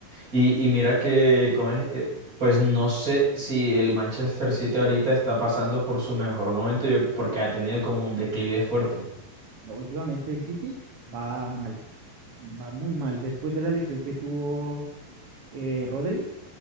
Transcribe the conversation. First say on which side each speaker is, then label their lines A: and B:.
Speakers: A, on the right; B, on the right.
A: y, y mira que, como es, eh, pues no sé si el Manchester City ahorita está pasando por su mejor momento, yo- porque ha tenido como un declive fuerte.
B: No, Últimamente el City va mal, va muy mal. Después de la lesión que tuvo eh, Rodri,